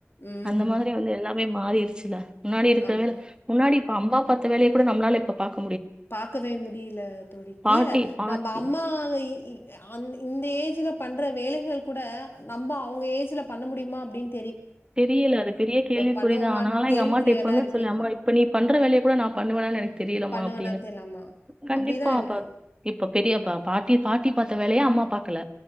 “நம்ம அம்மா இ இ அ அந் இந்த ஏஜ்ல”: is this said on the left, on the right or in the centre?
Left